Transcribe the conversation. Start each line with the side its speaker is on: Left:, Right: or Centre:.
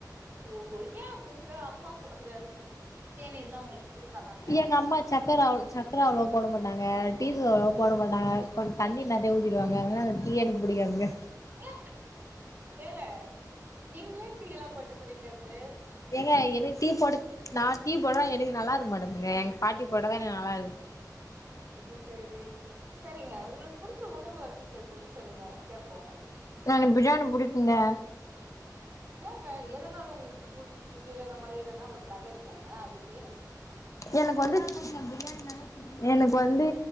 Right: ஓஹோ ஏன் உங்க அம்மா போடுற தேநீர்லா உங்களுக்கு பிடிக்காதாங்க
Left: எங்க அம்மா சக்கர அவ்ள் சக்கர அவ்ளோ வா போட மாட்டாங்க டீ தூள் அவ்ளவோ போட மாட்டாங்க கொஞ் தண்ணி நெறியா ஊத்திருவாங்க டீயே எனக்கு பிடிக்காதுங்க
Right: ஏ ஏங்க நீங்களே டீ எல்லா போட்டு குடிக்கிறது
Left: ஏங்க எனக்கு டீ போட நா டீ போட எனக்கு நல்லா இருக்க மாட்டிங்குதுங்க பாட்டி போடுறதா எனக்கு நல்லா இருக்கு
Right: அது சேரி செரிங்க உங்களுக்கு புடிச்ச உணவு வகைகள் பத்தி சொல்லுங்க கேப்போ
Left: எனக்கு பிரியாணி புடிக்குங்க
Right: ஏங்க எதனால உங்களுக்கு புடிச்சது அந்த மாதிரி எதனா ஒரு கதை இருக்காங்க அதுக்கு
Left: எனக்கு வந்து <unintelligible> லா இல்லங்க பிரியாணிணாலே எனக்கு வந்து